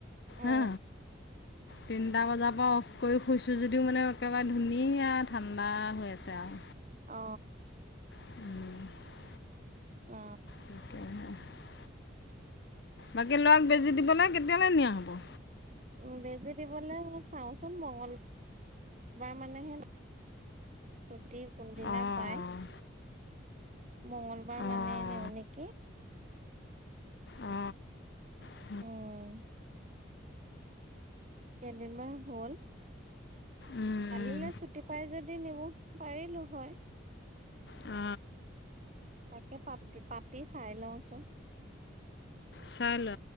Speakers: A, on the right; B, on the left.
A: অ
B: হা। তিনিটা বজাৰ পৰা অফ কৰি শুইছোঁ যদিও মানে একেবাৰে ধুনীয়া ঠাণ্ডা হৈ আছে আও।
A: অ,
B: উম,
A: অ,
B: <inaudible> বাকী ল'ৰাক বেজি দিবলে কেতিয়ালে নিয়া হ'ব।
A: উ বেজি দিবলে চাওঁচোন মংগল বাৰ মানেহে, ছুটি কোনদিনা
B: অঁ
A: পাই। মংগলবাৰ মানে
B: অঁ অঁ
A: নিও নেকি।
B: অ অ,
A: উম কেইদিন মান হল।
B: উম উম
A: কালিলে ছুটি পাই যদি নিব পাৰিলো হয়।
B: অ,
A: তাকে পত পাতি চাই লওঁচোন।
B: চাই ল